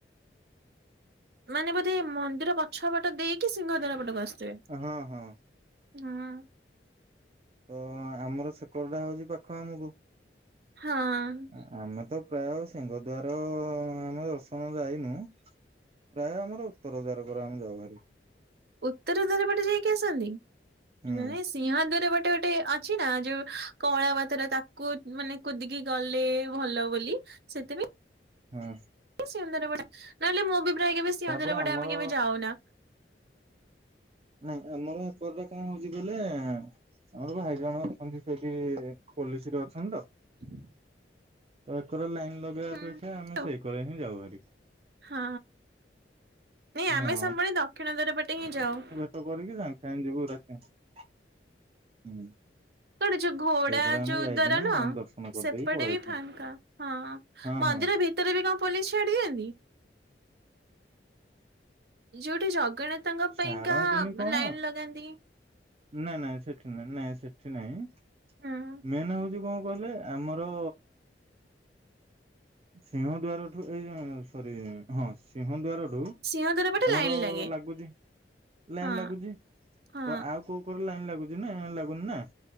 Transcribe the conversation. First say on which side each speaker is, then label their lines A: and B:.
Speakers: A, on the right; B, on the right.
A: ମାନେ ବୋଧେ ମନ୍ଦିର ପଛ ପଟ ଦେଇକି ସିଂହଦ୍ୱାର ପଟକୁ ଆସୁଥିବେ।
B: ହଁ ହଁ।
A: ହଁ।
B: ତ ଆମର ସେକଡଟା ହଉଚି ପାଖ ଆମୁକୁ
A: ହଁ।
B: ଆ-ଆମେ ତ ପ୍ରାୟ ସିଂହଦ୍ୱାର ଆମେ ଦର୍ଶନ ଯାଇନୁ ପ୍ରାୟ ଆମର ଉତ୍ତର ଦ୍ୱାରକରେ ଆମେ ଯାଉ ଭାରି।
A: ଉତ୍ତର ଦ୍ୱାର ପଟେ ଯାଇକି ଆସନ୍ତି,
B: ହୁଁ
A: ନାଇଁ ସିଂହଦ୍ୱାର ପ ଟେ ଗୋଟେ ଅଛି ନା ଯୋଉ କଳା ପଥର, ତା କୁ ମାନେ କୁଦିକି ଗଲେ ଭଲ ବୋଲି ସେଥିପାଇଁ
B: ହଁ।
A: ସିଂହଦ୍ୱାର ପଟେ ନହେଲେ ମୁଁ ବି ପ୍ରାୟେ କେବେ ସିଂହଦ୍ୱାର
B: ତାପରେ
A: ପଟେ
B: ଆମର
A: ଆମେ କେବେ ଯାଉନା।
B: ନାଇଁ ଆମର ଏପଟେ କଁ ହଉଚି କହିଲେ ଆମର ଭାଇ ଜଣେ ଅଛନ୍ତି ସେଠି ପୋଲିସ ରେ ଅଛନ୍ତି ତ।
A: ହୁଁ
B: ତ ଏକରେ ଲାଇନ୍ ଲଗେଇବା
A: ହୁଁ
B: ଅପେକ୍ଷା ଆମେ ସେଇକରେ ହିଁ ଯାଉ ହାରି।
A: ହଁ ନାଇଁ ଆମେ
B: ହଁ
A: ସବୁବେଳେ ଦକ୍ଷିଣ ଦ୍ୱାର ପଟେ ହିଁ ଯାଉ।
B: ଅଟୋ କରିକି ସାଙ୍ଗେ ସାଙ୍ଗେ ଯିବୁ <unintelligible> ହୁଁ।
A: ଏପଟେ ଯୋଉ ଘୋଡା
B: ସେଇକରେ ଆମେ
A: ଯୋଉ
B: ଯାଇକିନି
A: ଦ୍ୱାର ନୁହଁ
B: ଦର୍ଶନ କରିଦେଇକି
A: ସେପଟେ
B: ପଳେଇ
A: ବି
B: ଆସୁ
A: ଫାଙ୍କା, ହଁ
B: ହଁ
A: ମନ୍ଦିର
B: ହଁ
A: ଭି ତରେ ବି କଁ ପୋଲିସ ଛାଡ଼ି ଦିଅନ୍ତି? ଯୋଉଠି ଜଗନ୍ନାଥଙ୍କ ପାଇଁକା
B: ଛାଡନ୍ତିନି କଣ
A: ଲାଇନ୍ ଲଗାନ୍ତି?
B: ନା ନା ସେଠି ନାଇଁ, ନାଇଁ ସେଠି ନାଇଁ।
A: ହୁଁ।
B: ମେନ୍ ହଉଛି କଁ କହିଲେ ଆମର ସିଂହ ଦୁଆର ଠୁ ଏଇ ଯୋଉଁ ସରି ହଁ ସିଂହ ଦୁଆରରୁ
A: ସିଂହଦ୍ୱାର ପଟେ
B: ଆମର
A: ଲାଇନ ଲାଗେ
B: ଲାଗୁଚି ଲାଇନ୍
A: ହଁ
B: ଲାଗୁଚି,
A: ହଁ
B: ତ ଆଉ କୋଉ କରେ ଲାଇନ୍ ଲାଗୁଚି ନା ଲାଗୁନି ନା,